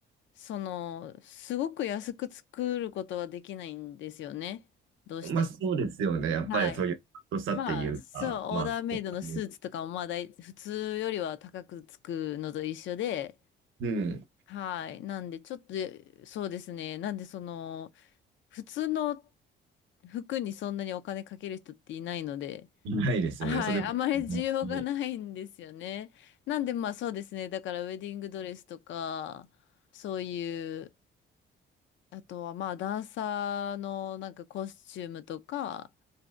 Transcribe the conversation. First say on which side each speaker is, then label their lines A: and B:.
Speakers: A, on the left; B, on the right.
A: その、すごく安く作ることはできないんですよね。どうしても。
B: まあ、そうですよね。やっぱりそういう、
A: はい。
B: としたっていうか、
A: まあ、そう、
B: まあ、
A: オーダーメイドのスーツとかもまあ大、
B: やっぱり
A: 普通よりは高くつくのと一緒で、
B: うん。
A: はい。なんで、ちょっと、そうですね。なんで、その、普通の服にそんなにお金かける人っていないので、
B: いないですよね。
A: はい。
B: それこそ。
A: あまり需要がないんですよね。なんで、まあそうですね。だから、ウェディングドレスとか、そういう、あとはまあ、ダンサーのなんかコスチュームとか、